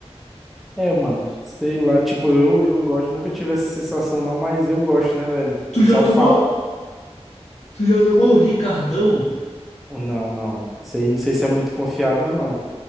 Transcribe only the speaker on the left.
Tu
já tomou?
Tu já tomou o Ricardão?